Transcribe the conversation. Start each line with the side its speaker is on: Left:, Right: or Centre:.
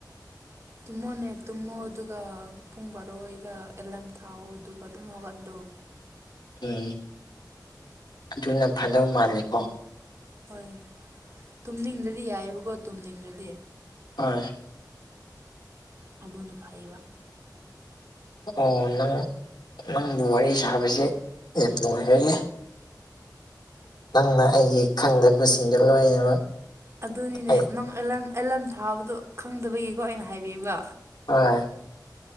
Right: ꯇꯨꯝꯃꯣꯅꯦ ꯇꯨꯝꯃꯣ ꯑꯗꯨꯒ ꯄꯨꯡ ꯕꯥꯔꯣꯏꯗ ꯑꯦꯂꯥꯔꯝ ꯊꯥꯛꯑꯣ ꯑꯗꯨꯒ ꯑꯗꯨꯝ ꯍꯧꯒꯠꯂꯨ
Left: ꯎꯝ ꯑꯗꯨꯅ ꯐꯗꯧ ꯃꯥꯜꯂꯦꯀꯣ
Right: ꯍꯣꯏ ꯇꯨꯝꯅꯤꯡꯗꯗꯤ ꯌꯥꯏꯑꯕꯀꯣ ꯇꯨꯝꯅꯤꯡꯗꯗꯤ
Left: ꯍꯣꯏ
Right: ꯑꯗꯨꯅ ꯐꯩꯌꯦꯕ
Left: ꯑꯣ ꯅꯪ ꯅꯪꯕꯨ ꯋꯥꯔꯤ ꯁꯥꯕꯁꯦ ꯌꯥꯝ ꯅꯨꯡꯉꯥꯏꯖꯔꯦ ꯅꯪꯅ ꯑꯩꯒꯤ ꯈꯪꯗꯕꯁꯤꯡꯗꯣ ꯂꯣꯏꯅꯃꯛ
Right: ꯑꯗꯨꯅꯤꯅꯦ
Left: ꯑꯩ
Right: ꯅꯪ ꯑꯦꯂꯥ ꯑꯦꯂꯥꯔꯝ ꯊꯥꯕꯗꯣ ꯈꯪꯗꯕꯒꯤꯀꯣ ꯑꯩꯅ ꯍꯥꯏꯕꯤꯕ
Left: ꯑ